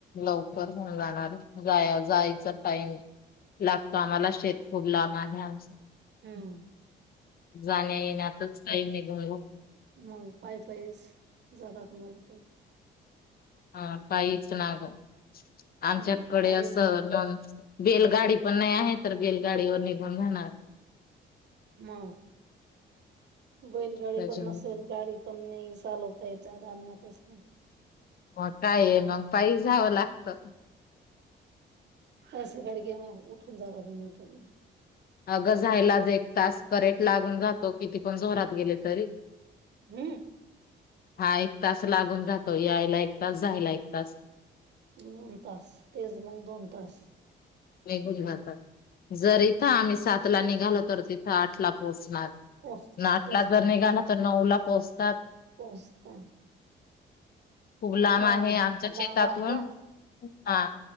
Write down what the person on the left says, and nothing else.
लवकर होऊन जाणार जा जायचा टाईम लागतो आम्हाला शेत खूप लांब आहे आमचं.
जाण्या येण्यातच टाईम निघून
हा पायीच ना ग आमच्याकडे
असं बेलगाडी पण नाही आहे तर बेलगाडीवर निघून जाणार.
त्याच्यामुळे
मग काय मग पायी जावं लागत.
अग जायलाच एक तास करेक्ट लागून जातो किती पण जोरात गेले तरी.
हा एक तास लागून जातो यायला एक तास जायला एक तास.
निघून जातात जर इथं आम्ही सातला निघालो तर तिथ आठला पोहोचणार.
न आठला
जर निघाला तर नऊ ला पोहोचतात
खूप लांब
आहे आमच्या शेतातून
हां.